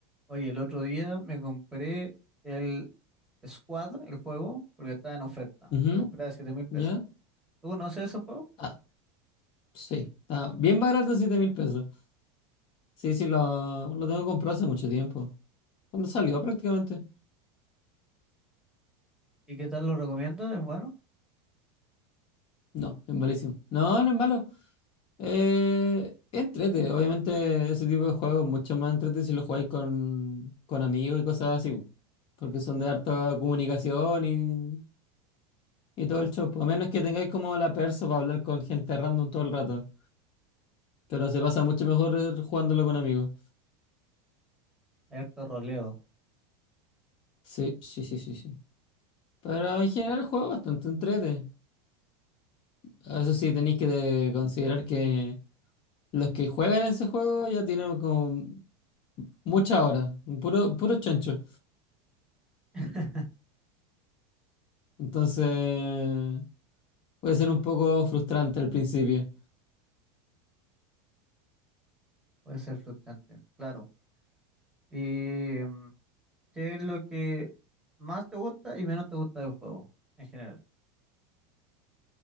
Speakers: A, in the centre; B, on the left.
A: Oye, el otro día me compré el Squad, el juego, porque estaba en oferta.
B: Ujú,
A: Lo compré a siete mil pesos.
B: ¿Ya?
A: ¿Tú conoces ese juego?
B: Ah, sí, está bien barato, siete mil pesos. Sí, sí, lo, lo tengo comprado hace mucho tiempo. Cuando salió prácticamente.
A: ¿Y qué tal lo recomiendas? Es bueno.
B: No, es malísimo. No, no es malo. Eh, es entrete. Obviamente ese tipo de juegos es mucho más entrete si lo jugáis con, con amigos y cosas así. po. Porque son de harta comunicación y, y todo el show. po. A menos que tengáis como la perso para hablar con gente random todo el rato. Pero se pasa mucho mejor eh, jugándolo con amigos.
A: Hay harto roleo.
B: Sí, sí, sí, sí, sí. Pero en general el juego es bastante entrete. Eso sí, tenéis que de- considerar que los que juegan ese juego ya tienen como muchas horas, puro, puro chancho.
A: <laughs>
B: Entonces puede ser un poco frustrante al principio.
A: Puede ser frustrante, claro. ¿Y mm, qué es lo que más te gusta y menos te gusta del juego en general?